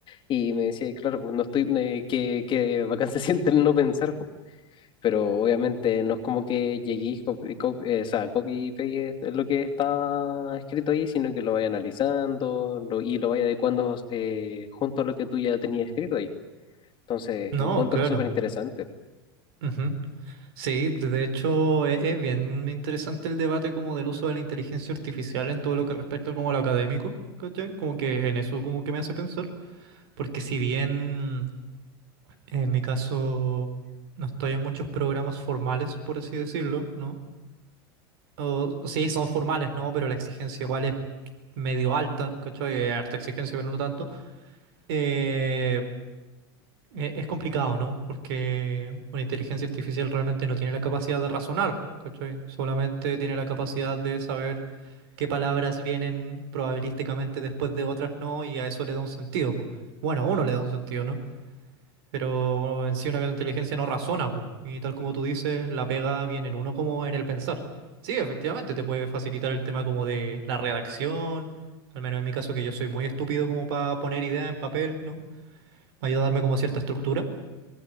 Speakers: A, on the left; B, on the right.
A: y me decía, y claro, pues no estoy, eh, que, que bacán se <laughs> siente el no pensar, pues. Pero obviamente no es como que lleguéis, copy, copy- eh, o sea, copy y pegues lo que estaba escrito ahí, sino que lo vaya analizando lo- y lo vaya adecuando eh, junto a lo que tú ya tenías escrito ahí. Entonces,
B: No,
A: encuentro
B: claro.
A: súper interesante.
B: Ujú. Sí, de de hecho e- es, bien interesante el debate como del uso de la inteligencia artificial en todo lo que respecta como a lo académico, ¿cachai? Como que en eso como que me hace pensar, porque si bien en mi caso no estoy en muchos programas formales, por así decirlo, ¿no? O, o sí, son formales, ¿no? Pero la exigencia igual es medio alta, ¿cachai? Eh, Harta exigencia, pero no tanto. Eh, e- es complicado, ¿no? Porque una inteligencia artificial realmente no tiene la capacidad de razonar, po, ¿cachai? Solamente tiene la capacidad de saber qué palabras vienen probabilísticamente después de otras no, y a eso le da un sentido, po. Bueno, a uno le da un sentido, ¿no? Pero en sí una inteligencia no razona, pues. Y tal como tú dices, la pega viene en uno como en el pensar. Sí, efectivamente, te puede facilitar el tema como de la redacción, al menos en mi caso que yo soy muy estúpido como para poner ideas en papel, ¿no? Me ayuda a darme como cierta estructura.